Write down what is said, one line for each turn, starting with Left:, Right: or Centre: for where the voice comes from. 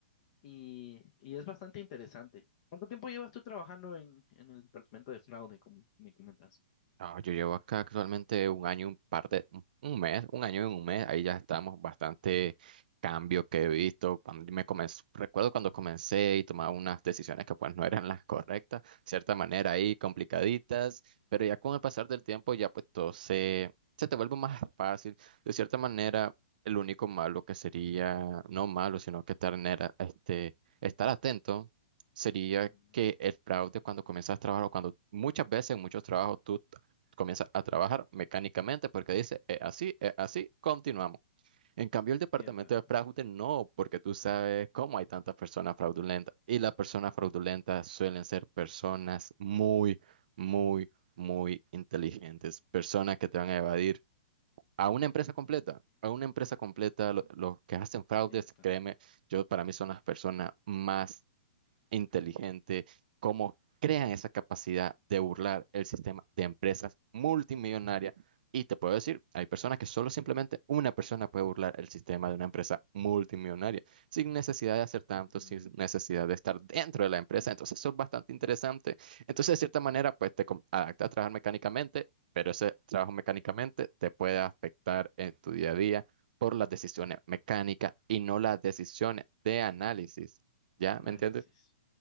Left: y, y es bastante interesante. ¿Cuánto tiempo llevas tú trabajando en, en el departamento de fraude, como me comentas?
Right: No, yo llevo acá actualmente un año, y un par de, un un mes, un año y un mes, ahí ya estamos, bastante cambio que he visto. Cuando me comencé, recuerdo cuando comencé y tomaba unas decisiones que pues no eran las correctas, cierta manera ahí complicaditas, pero ya con el pasar del tiempo ya pues todo se, se te vuelve más fácil. De cierta manera, el único malo que sería, no malo, sino que estar, en este, estar atento sería
Left: Ujú.
Right: que el fraude cuando comienzas a trabajar o cuando muchas veces en muchos trabajos tú comienza a trabajar mecánicamente porque dice, "Es así, es así, continuamos. En cambio, el departamento
Left: Cierto,
Right: de fraude no, porque tú sabes cómo hay tantas personas fraudulentas. Y las personas fraudulentas suelen ser personas muy, muy, muy inteligentes, personas que te van a evadir a una empresa completa. A una empresa completa, lo- los que hacen fraudes,
Left: cierto.
Right: créeme, yo para mí son las personas más inteligente, cómo crean esa capacidad de burlar el sistema de empresas multimillonarias. Y te puedo decir, hay personas que solo simplemente una persona puede burlar el sistema de una empresa multimillonaria, sin necesidad de hacer tanto,
Left: Ujú.
Right: sin necesidad de estar dentro de la empresa. Entonces, eso es bastante interesante. Entonces, de cierta manera, pues te com- adaptas a trabajar mecánicamente, pero ese trabajo mecánicamente te puede afectar en tu día a día por las decisiones mecánicas y no las decisiones de análisis.
Left: De
Right: ¿Ya?
Left: análisis.
Right: ¿Me entiendes?